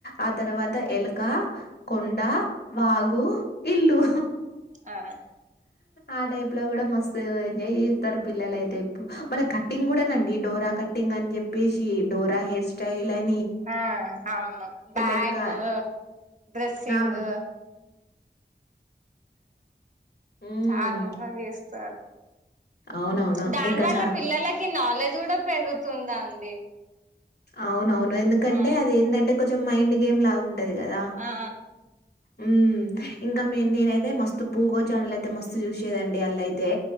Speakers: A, on the left; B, on the right.
A: ఆ తర్వాత ఎలక కొన్ డ, వాగు, ఇల్లు.
B: ఆ
A: ఆ టైప్ లో కూడా మస్తు ఎంజాయ్ చేత్తారు పిల్లలయితే ఇప్పు. మళ్ళ కట్టింగ్ కూడానండి డోరా కట్టింగ్ అని చెప్పేసి డోరా హెయిర్ స్టైల్ అన్
B: ఆ అవును. బ్యాగు,
A: లెక్క
B: డ్రస్ సింగు.
A: ఆ మ్మ్
B: చాల మంది చేస్తారు.
A: అవునవును
B: దాని
A: ఇంకా
B: వల్ల
A: చా
B: పిల్లలకి నాలెడ్జ్ కూడా పెరుగుతుందండి.
A: అవునవున్. ఎందుకంటే,
B: ఆ
A: అదేందంటే! కొంచెం మైండ్ గేమ్ లా ఉన్ టది కదా!
B: ఆ
A: మ్మ్ ఇంకా మీ నేనైతే, మస్తు పూగో చానల్ అయితే, మస్తు చూసేదండి. అల్లయితే